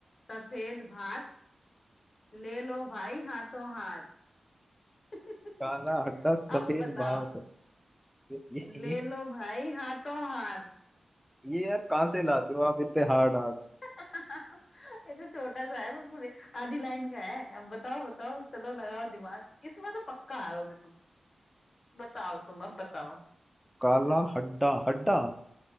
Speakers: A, on the left (about 50°); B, in the centre.
A: सफेद भात ले लो भाई हाथों हाथ <laughs>
B: काला हड्डा सफेद
A: अब बताओ
B: भात है। ये ये
A: ले
B: ये
A: लो भाई हाथों हाथ
B: ये यार कहाँ से लाते हो आप इतने हार्ड हार्ड
A: <laughs> ये तो छोटा सा है बिल्कुल आधी लाइन का है अब बताओ बताओ चलो लगाओ दिमाग इसमें तो पक्का हारोगे तुम बताओ तुम अब बताओ
B: काला हड्डा हड्डा